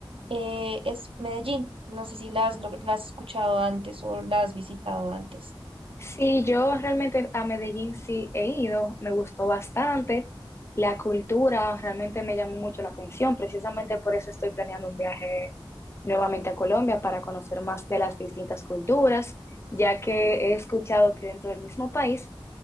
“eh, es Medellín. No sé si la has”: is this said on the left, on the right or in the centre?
Right